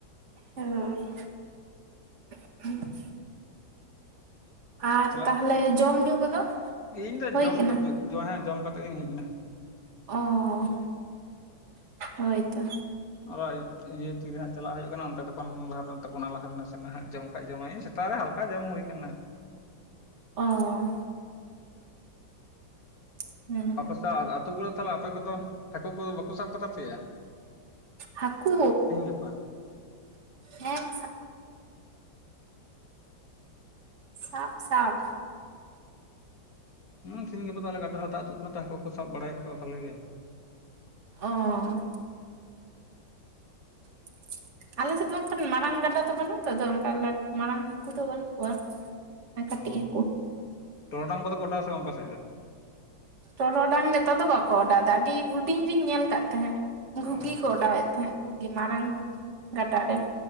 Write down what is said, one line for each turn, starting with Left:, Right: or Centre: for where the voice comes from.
Right: ᱮ <inaudible> ᱟᱨ
Left: ᱛᱟᱦᱚᱞᱮ
Right: ᱛᱟᱦᱞᱮ ᱡᱚᱢ ᱧᱩ ᱠᱚᱫᱚ
Left: ᱤᱧ ᱫᱚ
Right: ᱦᱩᱭ
Left: ᱡᱚᱢ
Right: ᱠᱟᱱᱟ
Left: ᱠᱟᱹ ᱦᱮᱸ ᱡᱚᱢ ᱠᱟᱛᱮᱜ ᱜᱤᱧ ᱦᱮᱡᱱᱟ᱾
Right: ᱚ ᱦᱳᱭᱛᱚ
Left: ᱚᱭ ᱤᱭᱟᱹ ᱛᱤᱨᱮ ᱦᱟᱸᱜ ᱪᱟᱞᱟᱜ ᱦᱳᱭᱳᱜ ᱠᱟᱱᱟ ᱚᱱᱛᱮ ᱛᱚᱠᱷᱱ ᱞᱟᱦᱟᱨᱮ ᱛᱟᱠᱚᱱᱟ ᱞᱟᱦᱟ ᱨᱮ ᱱᱟᱥᱮ ᱱᱟᱦᱟᱜ ᱡᱚᱢ ᱠᱷᱟᱡ ᱡᱚᱢᱟᱭ ᱥᱮᱛᱟᱜ ᱨᱮ ᱦᱟᱞᱠᱟ ᱡᱚᱢ ᱦᱩᱭ ᱟᱠᱟᱱᱟ᱾
Right: ᱚ, ᱦᱮᱸ ᱾
Left: ᱟᱯᱮᱥᱮᱜ ᱟᱨ ᱟᱹᱛᱩ ᱠᱚᱨᱮ ᱛᱟᱦᱚᱞᱮ ᱟᱯᱮ ᱠᱚᱫᱚ ᱦᱟᱹᱠᱩ ᱠᱚᱫᱚ ᱵᱟᱠᱩ ᱥᱟᱵ ᱠᱚ ᱛᱟᱯᱮᱭᱟ?
Right: ᱦᱟᱠᱩ
Left: ᱜᱟᱯᱟ
Right: ᱦᱮᱸ ᱥᱟᱵ ᱥᱟᱵ ᱥᱟᱯᱷ
Left: ᱚᱸ ᱛᱤᱦᱤᱧ ᱜᱟᱯᱟ ᱫᱚ ᱟᱞᱮ ᱜᱟᱰᱟ ᱨᱮᱦᱚᱸ ᱫᱟᱜ ᱟᱹᱛᱩᱜ ᱠᱟᱱᱛᱮ ᱦᱟᱹᱠᱩ ᱠᱚ ᱥᱟᱵ ᱵᱟᱲᱟᱭᱮᱜ ᱠᱚᱣᱟ ᱵᱷᱟᱞᱮ ᱜᱮ᱾
Right: ᱚᱸ ᱾ <inaudible> ᱟᱞᱮ ᱥᱮᱜ ᱫᱚ ᱚᱝᱠᱟᱱ ᱢᱟᱨᱟᱝ ᱜᱟᱰᱟ ᱫᱚ ᱵᱟᱹᱱᱩᱜ ᱟᱜ ᱛᱚ ᱚᱝᱠᱟ ᱟᱞᱮ ᱢᱟᱨᱟᱝ ᱦᱟᱹᱠᱩ ᱫᱚ ᱵᱟᱹᱱᱩᱜ ᱠᱚᱣᱟ᱾ ᱮ ᱠᱟᱹᱴᱤᱡ
Left: ᱚ
Right: ᱦᱟᱹᱠᱩ,
Left: ᱴᱚᱨᱚᱰᱟᱝ ᱠᱚᱫᱚ ᱠᱚ ᱚᱰᱟᱣᱟ ᱥᱮ ᱵᱟᱝ ᱟᱯᱮᱥᱮᱡ ᱫᱚ?
Right: ᱴᱚᱨᱚᱰᱟᱝ ᱱᱮᱛᱟᱨ ᱫᱚ ᱵᱟᱠᱚ ᱚᱰᱟᱣ ᱫᱟ ᱟᱹᱰᱤ ᱦᱩᱰᱤᱧ ᱨᱤᱧ ᱧᱮᱞ ᱠᱟᱜ ᱛᱟᱦᱮᱸᱜ᱾ ᱜᱷᱩᱜᱤ
Left: ᱚ
Right: ᱠᱚ ᱚᱰᱟᱣᱮᱜ ᱛᱟᱦᱮᱸᱜ ᱜᱷᱩᱜᱤ ᱢᱟᱨᱟᱝ ᱜᱷᱩᱜᱤ ᱜᱟᱰᱟᱨ ᱨᱮ᱾